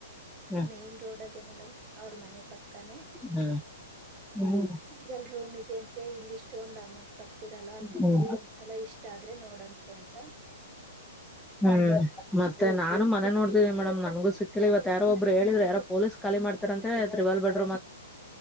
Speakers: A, in the centre; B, on the right (about 20°).
A: ಹ್ಮ್
B: ಮೇನ್ ರೋಡ್ಗೆ ಮೇಡಮ್ ಅವ್ರ ಮನೆ ಪಕ್ಕಾನೇ
A: ಹ್ಮ್ ಹ್ಮ್
B: ಸಿಂಗಲ್ ರೂಮ್ ಇದೆ ಅಂತೆ ಇಲ್ಲಿ ಇಷ್ಟ ಒಂದ ಅಮೌನ್ ಕಟ್ತಿರಲ್ಲ ಅಲ್ ನೋಡಿ
A: ಹ್ಮ್
B: ಒಂದ್ಸಲ ಇಷ್ಟ ಆದ್ರೆ ನೋಡಂತ್ರಿ ಅಂತ
A: ಹ್ಮ ಮತ್ತೆ ನಾನು ಮನೆ ನೋಡ್ತೀನ ಮೇಡಮ್ ನನ್ಗು ಸಿಕ್ಕಿಲ್ಲ ಇವ ಯಾರೊ ಒಬ್ರು ಹೇಳಿದ್ರ ಯಾರ ಪೊಲೀಸ್ ಖಿ ಮಾಡತಾರ ಅಂತ ತ್ವಾಲ್ಬಟ್